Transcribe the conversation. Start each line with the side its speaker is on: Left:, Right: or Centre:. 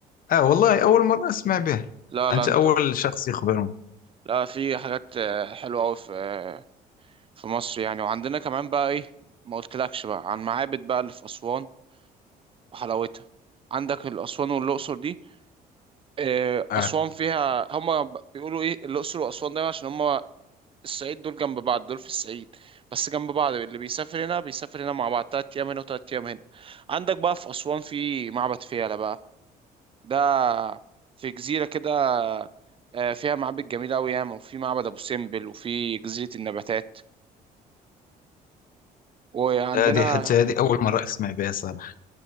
Left: آه والله أول مرة أسمع بها
Right: لا
Left: أنت
Right: لا انت
Left: أول شخص يخبرني
Right: لا في حاجات آه، حلوة قوي في آه، في مصر يعني وعندنا كمان بقى ايه ما قلتلكش بقى عن معابد بقى اللي في أسوان وحلاوتها عندك الأسوان والأقصر دي آه،
Left: آه
Right: أسوان فيها هما ب- بيقولوا إيه الأقصر وأسوان دايما عشان هما الصعيد دول جنب بعض دول في الصعيد بس جنب بعض اللي بيسافر هنا بيسافر هنا مع بعض تلات أيام هنا وتلات أيام هنا عندك بقى في أسوان في معبد فيلة بقى ده في جزيرة كده آه، فيها معابد جميلة أوي ياما وفي معبد أبو سمبل وفي جزيرة النباتات وعندنا
Left: هذه حتى هذه أول مرة أسمع بها صراحة